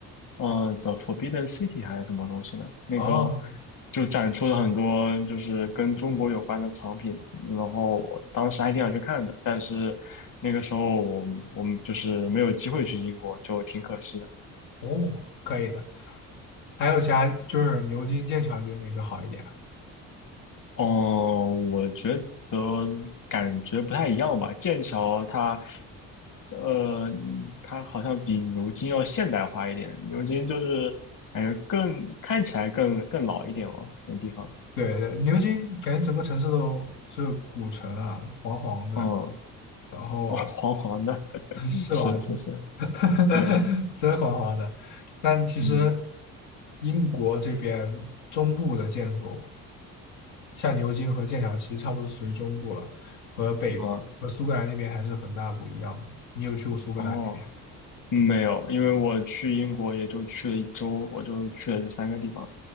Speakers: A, on the left; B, on the left.
A: 嗯、t h e Forbidden City 还是什么东西呢？那个
B: 哦
A: 就展出了很多就是跟中国有关的藏品，然后我当时还挺想去看的，但是那个时候我我们就是没有机会去英国，就挺可惜的。
B: 哦，可以的。还有其他就是牛津、剑桥，你觉得哪个好一点啊
A: 哦，我觉得感觉不太一样吧。剑桥它，呃，它好像比牛津要现代化一点。牛津就是感觉更看起来更更老一点哦，那地方。
B: 对对，牛津感觉整个城市都是古城啊，黄黄的，
A: 嗯，哦，
B: 然后
A: 黄黄的，<laughs>
B: <laughs> 是吧？
A: 是是是，
B: <laughs>
A: 对，
B: 真黄黄的。但其实
A: 嗯，
B: 英国这边中部的建筑，像牛津和剑桥，其实差不多属于中部了，和北和苏格兰那边还是很大不一样的。
A: 嗯，
B: 你有去过苏格兰那边？
A: 哦，嗯没有，因为我去英国也就去了一周，我就去了这三个地方，